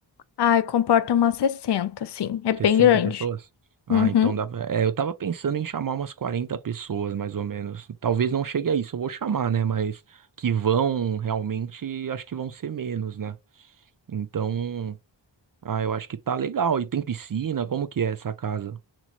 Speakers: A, on the left; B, on the right.
A: Ai, comporta umas 60, assim. É bem
B: sessenta
A: grande.
B: pessoas? Ah,
A: Uhum.
B: então dá pra... É, eu tava pensando em chamar umas 40 pessoas, mais ou menos. Talvez não chegue a isso, eu vou chamar, né? Mas que vão realmente, acho que vão ser menos, né? Então, ah, eu acho que tá legal. E tem piscina, como que é essa casa?